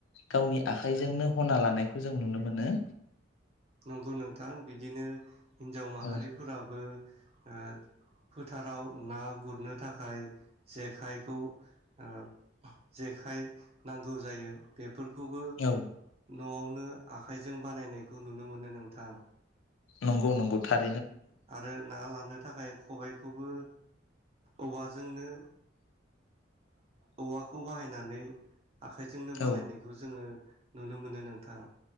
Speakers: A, on the left; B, on the right.
A: गावनि आखाइजोंनो हना लानायखौ जों नुनो मोनो
B: नंगौ नोंथां बिदिनो हिनजाव माहारिफोराबो
A: औ
B: ओ फोथाराव ना गुरनो थाखाय जेखाइखौ ओ जेखाइ नांगौ जायो बेफोर खौबो
A: औ
B: न'आवनो आखाइजों बानायनाय खौ नुनो मोनो नोंथां
A: नंगौ-नंगौ थार
B: आरो ना लानो थाखाय खबाइखौबो औवाजोंनो औवाखौ बाहायनानै आखाइजोंनो
A: औ
B: बानायनायखौ जोङो नुनो मोनो नोंथां